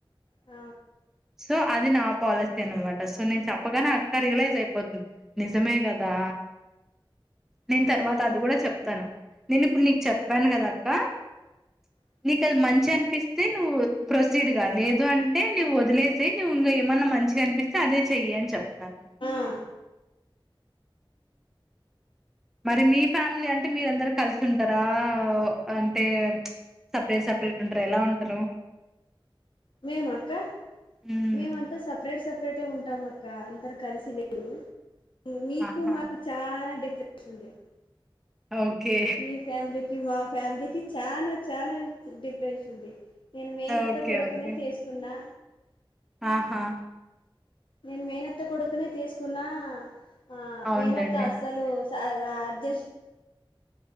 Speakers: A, on the left; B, in the centre.
A: అ
B: సో అది నా పాలసీ అనమాట సో నేను చెప్పగానే అక్క రియలైజ్ అయిపోతుంది నిజమే కదా నేను
A: ఉమ్,
B: తర్వాత అది కూడా చెప్తాను నేను ఇప్పుడు నీకు చెప్పాను కదా అక్క
A: అ
B: నీకు అది మంచి అనిపిస్తే నువ్వు ప్రత్ ప్రొసీడ్ కా లేదు అంటే నువ్వు వదిలేసి నువ్వు ఇంక ఏమన్నా మంచిగా అనిపిస్తే అదే చెయ్యి అని చెప్తాను
A: ఆ
B: మరి మీ ఫ్యామిలీ అంటే మీర అందరు కలిసి ఉంటారా అంటే సపరేట్ సపరేట్ ఉంటార ఎలా ఉంటారు
A: మేమ అక్క
B: మ్మ్
A: మేమ్ అంత సపరేట్ సపరేటే ఉంటాంక్క అందరు కలిసి లేము మీకు
B: ఆహా
A: మాకు చాలా డిఫరెన్స్ ఉంది
B: ఓకే
A: మీ ఫ్యామిలీకి మా ఫ్యామిలీకి చనా చానా డిఫరెన్స్ ఉంది నేను మేనత్త
B: ఓకే
A: కొడుకనే
B: ఓకే
A: చేసుకున్నా
B: ఆహా
A: నేను మేనత్త కొడుకునే తీసుకున్నా ఆ
B: అవునులేండి
A: మేనత్త అస్సలు ఆ జస్ట్